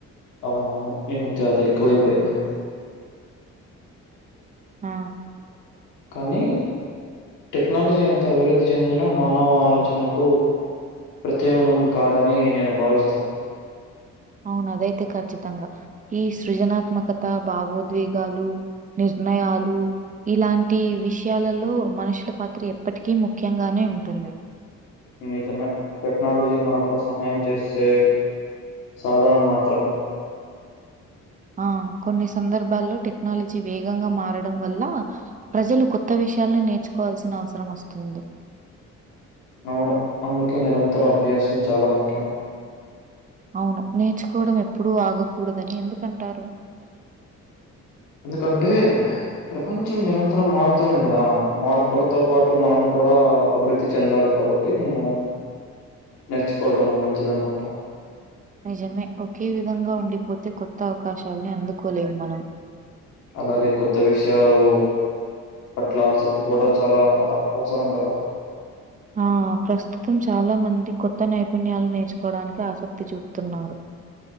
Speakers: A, on the left; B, on the right.
A: అవునవును ఈ మధ్య అది ఎక్కువైపోయింది
B: ఆ
A: కానీ టెక్నాలజీ ఎంత అభివృద్ధి చెందిన మానవ ఆలోచనకు ప్రత్యమనం కాదని నేను భావిస్తాను
B: అవును అదైతే ఖచ్చితంగా ఈ సృజనాత్మకత భావోద్వేగాలు నిర్ణయాలు ఇలాంటి విషయాలలో మనుషుల పాత్ర ఎప్పటికీ ముఖ్యంగానే ఉంటంది
A: నిజమే టెక్నాలజీ మనకు సహాయం చేస్తది సాధనం మాత్రమే
B: ఆ కొన్ని సందర్భాల్లో టెక్నాలజీ వేగంగా మారడం వల్ల ప్రజలు కొత్త విషయాలను నేర్చుకోవాల్సిన అవసరం వస్తుంది
A: అవును అందుకే నిరంతర అభ్యాసం చాలా ముఖ్యం
B: అవును నేర్చుకోవడం ఎప్పుడూ ఆగకూడదని ఎందుకంటారు
A: ఎందుకంటే ప్రపంచం నిరంతరం మారుతుంది కదా మార్పులతో పాటు మనం కూడా అభివృద్ధి చెందాలి కాబట్టి నేను నేర్చుకోవడం మంచిది అనుకుంటాను
B: నిజమే ఒకే విధంగా ఉండిపోతే కొత్త అవకాశాలని అందుకోలేము మనం
A: అలాగే కొత్త విషయాలు పట్ల ఆసక్తి కూడా చాలా అవసరం కదా
B: ఆ ప్రస్తుతం చాలా మంది కొత్త నైపుణ్యాలు నేర్చుకోవడానికి ఆసక్తి చూపుతున్నారు